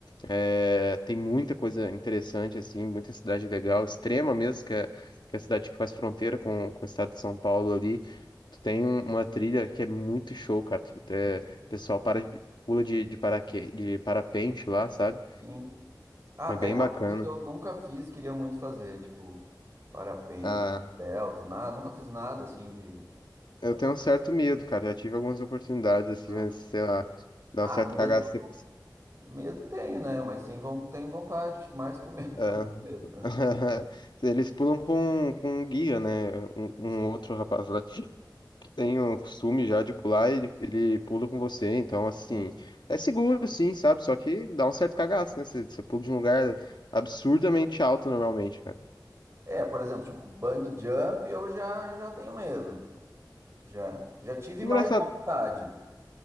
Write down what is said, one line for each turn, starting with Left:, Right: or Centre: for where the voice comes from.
Left: é, tem muita coisa interessante, assim, muita cidade legal, Extrema mesmo, que é, que é a cidade que faz fronteira com, com o estado de São Paulo ali. Tu tem um- uma trilha que é muito show, cara. Tu, até-
Right: Uhum.
Left: o pessoal para de- pula de, de, paraque, de parapente lá, sabe?
Right: Sim. Ah,
Left: É
Right: tá
Left: bem
Right: aí uma
Left: bacana.
Right: coisa que eu nunca fiz, queria muito fazer, tipo, parapente,
Left: Ah,
Right: delta, nada, nunca fiz nada assim de.
Left: eu tenho um certo medo, cara. Já tive algumas oportunidades, assim,
Right: Ah,
Left: mas, sei lá, dá
Right: Ah,
Left: um certo
Right: medo,
Left: cagaço. você-
Right: medo tem, né? Mas sem von, tem vontade, acho que mais que o medo.
Left: ah,
Right: <laughs> Medo, né?
Left: <laughs> Eles pulam com, com um guia, né? Um, um
Right: Sim,
Left: outro rapaz lá. tem o costume já de pular, ele, ele pula com você, então assim,
Right: sim.
Left: é seguro sim, sabe? Só que dá um certo cagaço, né? Você você pula de um lugar absurdamente alto normalmente, cara.
Right: É, por exemplo, tipo, bang jump eu já, já tenho medo. Já, já tive
Left: Engraçado,
Right: mais vontade.